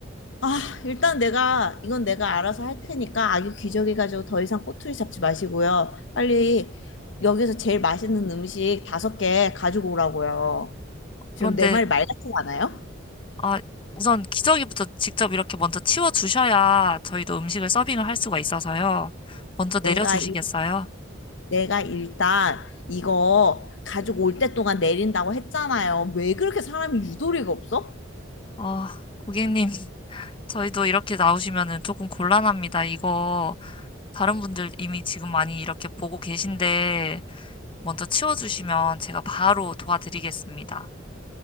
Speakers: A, on the left; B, on the left.
A: 아, 일단 내가 이건 내가 알아서 할 테니까 아기 기저귀 가지고 더 이상 꼬투리 잡지 마시고요. 빨리 여기서 제일 맛있는 음식 다섯 개 가지고 오라고요. 지금
B: 그런데
A: 내 말이 말 같지 않아요?
B: 아, 우선 기저귀부터 직접 이렇게 먼저 치워주셔야 저희도 음식을 서빙을 할 수가 있어서요. 먼저
A: 내가
B: 내려주시겠어요?
A: 내가 일단 이거 가지고 올 때 동안 내린다고 했잖아요. 왜 그렇게 사람이 유도리가 없어?
B: 아, 고객님, 저희도 이렇게 나오시면은 조금 곤란합니다. 이거 다른 분들 이미 지금 많이 이렇게 보고 계신데 먼저 치워주시면 제가 바로 도와드리겠습니다.